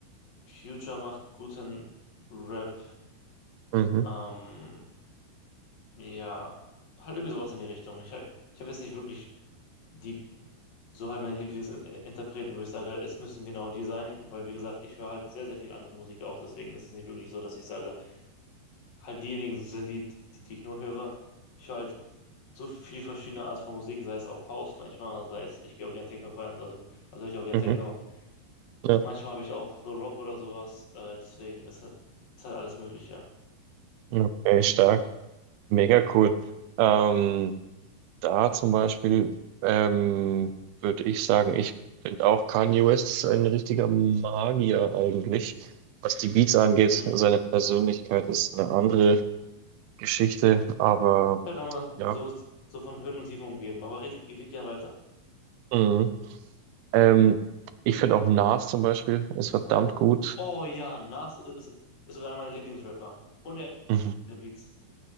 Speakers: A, on the left; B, on the right.
A: Future macht guten Rap.
B: mhm,
A: Ähm, ja, halt irgendwie sowas in die Richtung. Ich, hab- ich habe jetzt nicht wirklich die, so halt meine Lieblingsinterpreten, wo ich sage, es müssen genau die sein, weil wie gesagt, ich höre halt sehr, sehr viel andere Musik auf. Deswegen ist es nicht wirklich so, dass ich sage, halt diejenigen sind, die, die, die ich nur höre. Ich höre halt so viel verschiedene Art von Musik, sei es auch House manchmal, sei es, ich gehe auch gerne Techno feiern, also, also höre ich auch gerne
B: mhm.
A: Techno.
B: Ja,
A: Manchmal habe ich auch so Rock oder sowas, äh, deswegen ist, halt- ist halt alles möglich, ja.
B: okay, stark. Mega cool. Ähm, Da zum Beispiel ähm, würde ich sagen, ich finde auch Kanye West ist ein richtiger Magier eigentlich. Was die Beats angeht,
A: Mhm.
B: seine Persönlichkeit ist eine andere Geschichte, aber
A: Halt nochmal
B: ja.
A: so, so von Höhen und Tiefen umgeben, aber red, red gerne weiter.
B: Mhm. Ähm, ich finde auch Nas zum Beispiel ist verdammt gut.
A: Oh ja, Nas ist, ist sogar einer meiner Lieblingsrapper. Und er
B: Mhm.
A: hat Beats.